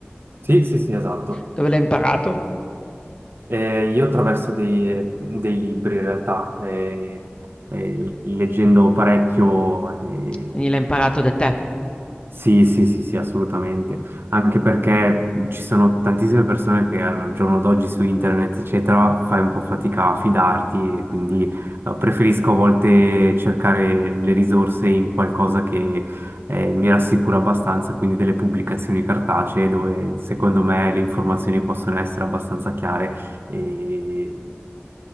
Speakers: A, on the right (about 65°); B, on the left (about 25°).
A: Sì, sì, sì, esatto.
B: Dove l'hai imparato?
A: Eh, io attraverso dei, dei libri in realtà, eh, eh, leggendo parecchio, eh,
B: Quindi l'ha imparato da te.
A: Sì, sì, sì, sì, assolutamente. Anche perché ci sono tantissime persone che al giorno d'oggi su internet, eccetera, fai un po' fatica a fidarti e quindi eh, preferisco a volte cercare le risorse in qualcosa che eh, mi rassicura abbastanza, quindi delle pubblicazioni cartacee dove secondo me le informazioni possono essere abbastanza chiare e